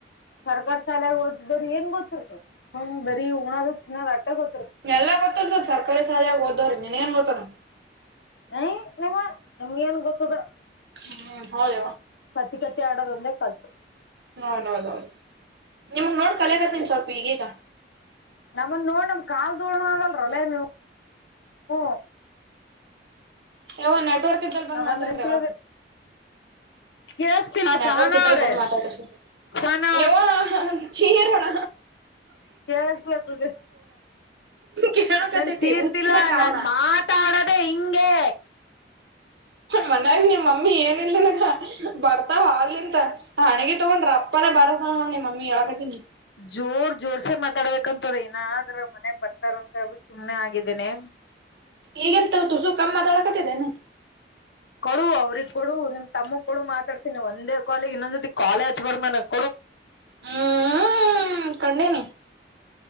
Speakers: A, on the left; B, on the right.
A: ಸರ್ಕ ಶಾಲಾಗ ಓದ್ರ ಏನ್ ಗೊತ್ತತೆ ಸಮ್ ಬರೀ ಉಣದ ಚನ್ನದ್ ಆಟ್ಟ ಗೊತ್ತ
B: ಎಲ್ಲಾ ಗೊತ್ತಿರ್ತದ್ ಸರ್ಕಾರಿ ಶಾಲಳೆಯಾಗ ಓದವ್ರಿ ನಿನ್ ಏನ್ ಗೊತ್ತ ನ
A: ಏಯ ನಿಮ್ಮ ನಿಮ್ಗ ಏನ್ ಗೊತ್ತದ
B: ಹ್ಮ್ ಹೌದ
A: ಕತ್ತಿ ಕತ್ತಿ ಆಡೋದುಂದ ಕಲ್ತ್
B: ಹೌದೌದೌದು ನಿಮಗ್ ನೋಡ್ ಕಲೆಯಗತನ್ ಸ್ವಲ್ಪ ಈಗೀಗ
A: ನಮ್ಮನ್ ನೋಡ್ ನಮ ಕಾಲ್ ದೋಡಣ ಆಗಲ್ರಲ್ಲೇ ನೀವು ಹ
B: ಯಾವ ನೆಟ್ವರ್ಕ್ ಇದ್ದಲ್ಲಿ ಬಂದು
A: ನಾನಂದ್ರ
B: ಮಾತಾಡ್ರಿವ
A: ಇನ್ ತುಳಿದ ಕೇಳಸ್ತಿಲ್ಲ
B: ನೆಟ್ವರ್ಕ್
A: ಸಹನಾ
B: ಇದ್ದಲ್ಲಿ
A: ಅವ್ರೇ
B: ಬಂದ್ ಮಾತಾಡ್ಷ್ಟ
A: ಸಹನಾ
B: ನೀವು ಚೀರೋಣ
A: ಕೆಸಲ ತ
B: ಕೇಳಕತೈತಿ
A: ನನ್ ಚೀರ್ತಿಲ್ಲ
B: ಹುಚ್ಚನಂಗ
A: ನಾನ್
B: ಆವಣ
A: ಮಾತಾಡದೆ ಹಿಂಂಗಗೆ
B: ಮನಾಗ ನಿಮ್ಮ ಮಮ್ಮಿ ಏನಲ್ಿಲ್ಲ ಬರ್ತಾವ ಅಲ್ಲಿಂತ ಹಣೆಗೆ ತಗೊಂಡ್ರಿ ಅಪ್ಪಲ್ಲ ಬರದ ನೋಡ್ ನಿ ಮಮ್ಮಿ ಎಳಕತೀನಿ
A: ಜೋರ್ ಜೋರ್ಸೆ ಮಾತಾಡ್ಬೇಕಂತ್ರ ಇಏನಾದ್ರ ಮನೆಗ್ ಬರ್ತಾರಂತರು ಸುಮ್ನೆ ಆಗಿದ್ದೇನನೆ
B: ಈಗೆಂತ ತು ಸು ಕಮ್ಮ ಮಾತಾಳ ಕತಿದ್ದೇನೆ
A: ಕೊಡು ಅವ್ರಗ್ ಕೊಡು ನಿಮ್ ತಮ್ಮಗ್ ಕೊಡು ಮಾತಾಡ್ತೀನಿ ಒಂದೇ ಕಾಲಗ್ ಇನ್ನೊಂದ್ೊತಿ ಕಾಲೇಜ್ ಬರ್ ಮನಕ್
B: ಹ್ಮ ಕಂಡನೆ